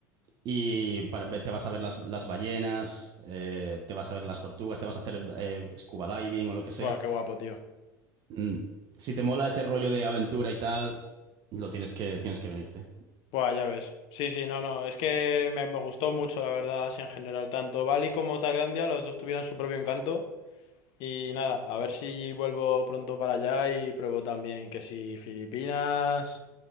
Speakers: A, on the right; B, on the left.
A: Y para- te vas a ver las, las ballenas, eh, te vas a ver las tortugas, te vas a hacer eh, scuba diving o lo que sea.
B: Buah, qué guapo, tío.
A: Mm, Si te mola ese rollo de aventura y tal, lo tienes que, tienes que venirte.
B: Buah, ya ves. Sí, sí, no, no. Es que me, me gustó mucho, la verdad, así en general. Tanto Bali como Tailandia, los dos tuvieron su propio encanto. Y nada, a ver si vuelvo pronto para allá y pruebo también que si Filipinas,